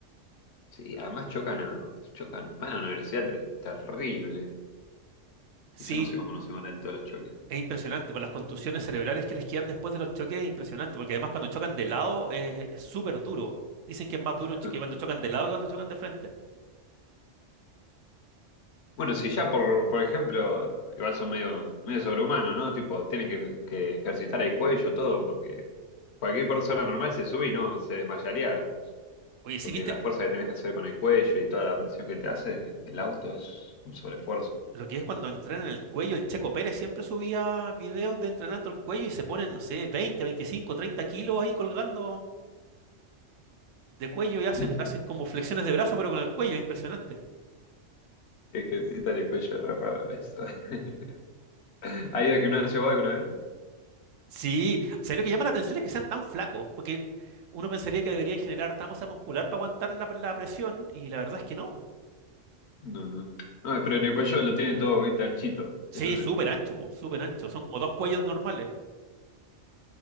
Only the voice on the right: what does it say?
Sí,
Es impresionante, por las contusiones cerebrales que les quedan después de los choques es impresionante, porque además cuando chocan de lado es es súper duro. Dicen que es más duro
ch- que cuando chocan de lado que cuando chocan de frente.
Oye, sí,
viste,
lo que es cuando entrenan el cuello, el Checo Pérez siempre subía videos de entrenando el cuello y se ponen, no sé, 20, 25, 30 kilos ahí colgando de cuello y hacen,
hacen como flexiones de brazo, pero con el cuello, es impresionante.
Sí, o sea, lo que llama la atención es que sean tan flacos, porque uno pensaría que deberían generar tanta masa muscular para aguantar la, la presión y la verdad es que no.
Sí,
súper
ancho, po, súper ancho. Son como dos cuellos normales.